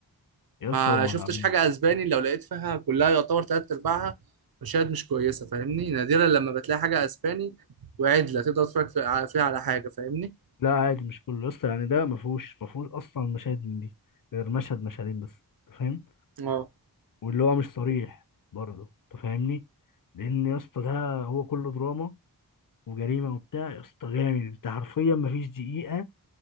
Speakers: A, on the left (about 55°); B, on the right (about 65°).
A: يا
B: ما
A: اسطى هو ملعب
B: شفتش حاجة اسباني لو لقيت فيها كلها يعتبر تلات ارباعها مشاهد مش كويسة فاهمني نادرا لما بتلاقي حاجة اسباني وعدلة تقدر تتفرج في- فيها على حاجة فاهمني
A: لا عادي مش كله يا اسطى يعني ده ما فيهوش ما فيهوش اصلا مشاهد من دي غير مشهد مشهدين بس انت فاهم
B: اه
A: واللي هو مش صريح برضه انت فاهمني لان يا اسطى ده هو كله دراما وجريمه وبتاع يا اسطى جامد انت حرفيا ما فيش دقيقه